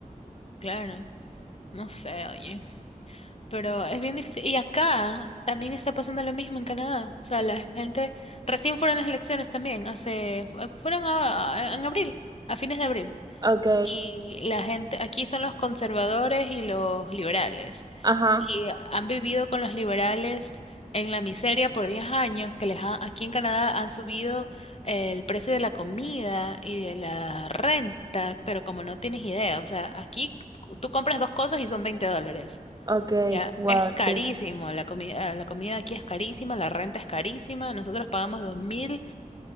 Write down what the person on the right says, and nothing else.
Ok,
ajá,
ok,
wow,
sí.